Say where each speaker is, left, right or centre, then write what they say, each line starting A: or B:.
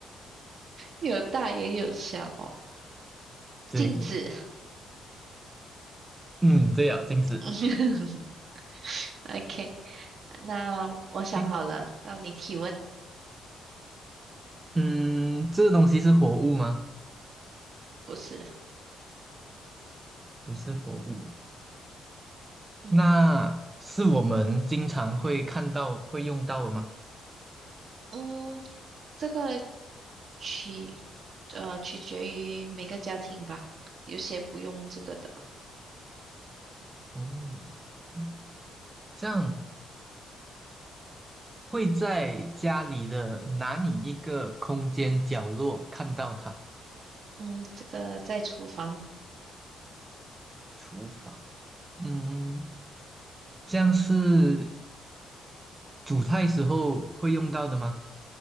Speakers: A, on the right; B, on the right.
A: 有大也有小哦。
B: 对，
A: 镜子。
B: 嗯，对啊，镜子。
A: <laughs> OK，那我想好了，
B: OK，
A: 到你提问。
B: 嗯，这个东西是活物吗？
A: 不是，
B: 不是活物，
A: 嗯
B: 那是我们经常会看到、会用到的吗？
A: 嗯，这个取呃取决于每个家庭吧，有些不用这个的。
B: 哦，OK，这样会在家里的哪里一个空间角落看到它？
A: 嗯，这个在厨房，
B: 厨房。嗯。像是煮菜时候会用到的吗？